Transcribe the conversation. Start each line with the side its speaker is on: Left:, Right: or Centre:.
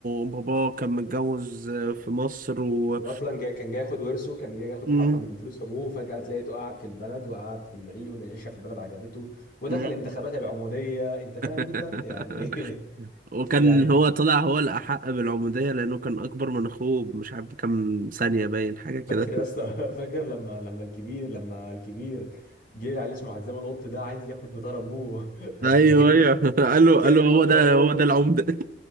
Right: باباه كان متجوز في مصر و
Left: واصلا جاي كان جاي ياخد ورثه كان جاي ياخد
Right: مم.
Left: حقه من فلوس ابوه وفجاه تلاقيته قعد في البلد وقعد في العيق والعيشه في البلد عجبته ودخل
Right: مم.
Left: انتخابات العموديه انت فاهم
Right: <laughs>
Left: انت يعني ايه <laughs>
Right: وكان
Left: يعني
Right: هو طلع هو الأحق بالعمودية لأنه كان أكبر من أخوه مش عارف كام ثانية باين حاجة كده
Left: فاكر يا اسطى <laughs> فاكر لما لما الكبير لما الكبير جه على اسمه عزام القط ده عايز ياخد بطار ابوه <laughs> راح
Right: أيوه
Left: جه الكبير
Right: أيوه <laughs> قال له قال
Left: جاب
Right: له هو
Left: ميكروفون
Right: ده هو ده العمدة <laughs>